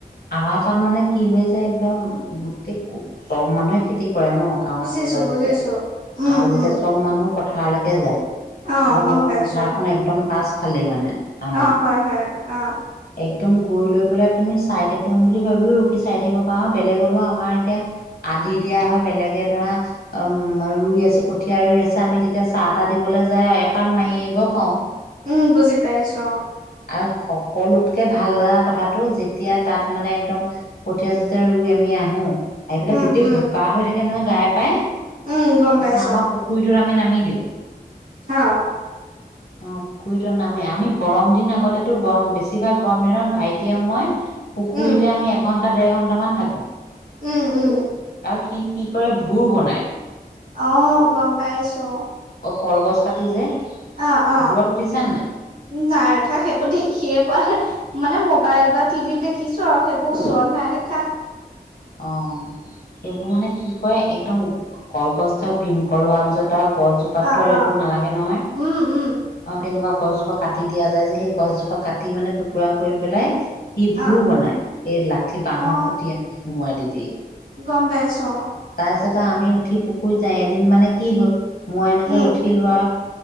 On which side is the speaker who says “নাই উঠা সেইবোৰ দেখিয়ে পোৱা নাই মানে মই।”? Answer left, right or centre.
Right